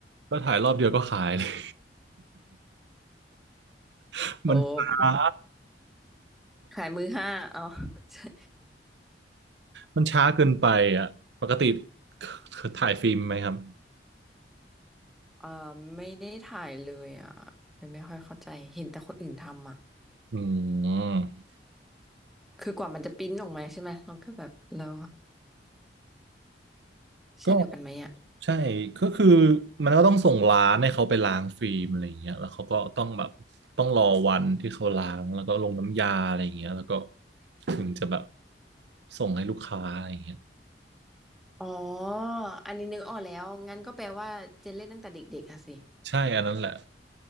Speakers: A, on the right (about 75°); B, in the centre.
A: ก็ถ่ายรอบเดียวก็ขายเลย <laughs>
B: โอ้
A: มันช้า
B: ขายมือห้าเอา <laughs> ใช่
A: มันช้าเกินไปอ่ะปกติถ่ายฟิล์มไหมครับ
B: เออไม่ได้ถ่ายเลยอ่ะเลยไม่ค่อยเข้าใจเห็นแต่คนอื่นทำอ่ะ
A: อืม
B: คือกว่ามันจะปริ้นออกมาใช่ไหมเราก็แบบเราเช่นเดียวกันไหมอ่ะ
A: ก็ใช่ก็คือมันก็ต้องส่งร้านให้เขาไปล้างฟิล์มอะไรอย่างเงี้ยแล้วเขาก็ต้องแบบต้องรอวันที่เขาล้างแล้วก็ลงน้ำยาอะไรอย่างเงี้ยแล้วก็ถึงจะแบบส่งให้ลูกค้าอะไรอย่างเงี้ย
B: อ๋ออันนี้นึกออกแล้วงั้นก็แปลว่าเจนเล่นตั้งแต่เด็กๆอะสิ
A: ใช่อันนั้นแหละ